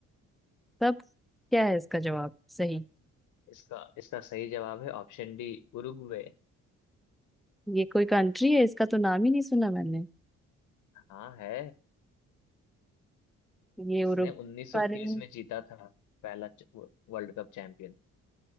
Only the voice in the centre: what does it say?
तब क्या है इसका जवाब सही
ये कोई कंट्री है इसका तो नाम ही नहीं सुना मैंने
ये
उरुग
बारे में